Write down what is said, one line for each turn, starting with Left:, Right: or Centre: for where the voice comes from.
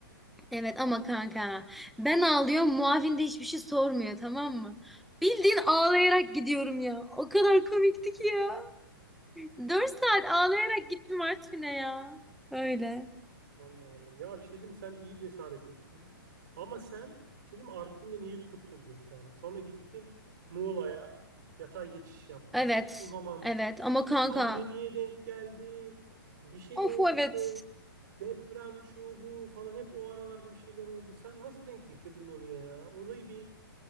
Centre: Evet ama kanka ben ağlıyorum muavin de hiçbir şey sormuyor tamam mı? Bildiğin ağlayarak gidiyorum ya. O kadar komikti ki ya. dört saat ağlayarak gittim Artvin'e ya. Öyle.
Right: Allah Allah. Ya bir şey diyeyim mi? sen iyi cesaret ettin. Ama sen bir şey diyeyim mi? Artvin'den iyi kurtuldun sen. Sonra gittin Muğla'ya yatay geçiş yaptın.
Centre: Evet.
Right: O zaman
Centre: Evet ama kanka
Right: Pandemiye denk geldi. Bir şey
Centre: of
Right: oldu.
Centre: evet.
Right: Deprem şu bu falan hep o aralarda bir şeyler oldu. Sen nasıl denk getirdin onu ya? Orayı bir